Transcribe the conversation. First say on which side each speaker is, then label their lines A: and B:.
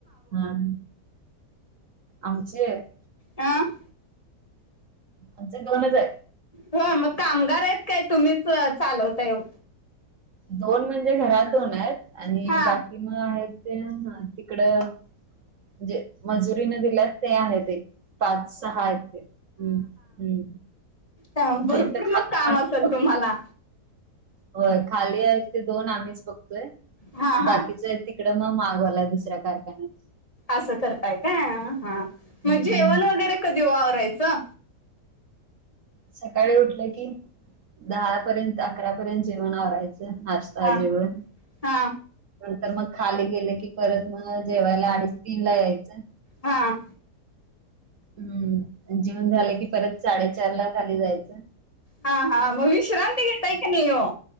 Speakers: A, on the right; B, on the left.
A: हां आमचें?
B: हां.
A: आमचे दोनच आहे.
B: हो मग कामगार आहेत काय? तुम्हीच चालवता ओ.
A: दोन म्हणजे घरात दोन आहेत, आणि
B: हा
A: बाकी मग आहेत ते तिकडं म्हजे मजुरीने दिलेत ते आहेत ते, पाच सहा आहेत ते हम्म हम्म.
B: म भरपूर
A: इथं खाली
B: मग काम
A: आम्हीच
B: असल
A: बघतो
B: तुम्हाला?
A: होय खाली आहे ते दोन आम्हीच बघतोय
B: हा हा
A: बाकीचय ति कड मगं मालवालाय दुसऱ्या कारखान्यात.
B: असं करताय काय? हां मग
A: हम्म
B: जेवण वगैरे कधी ओ आवरायचं?
A: सकाळी उठल की, दहापर्यंत अकरापर्यंत जेवण आवरायचं नाश ता
B: हा
A: जेवन.
B: हा
A: नंतर मग खाली गेले की परत मग जेवायला अडीच तीन ला यायचं.
B: हां.
A: हम्म जेवन झालं की परत साडेचार ला खाली जायचं.
B: हां हां मग विश्रांती घेताय का नाही ओ?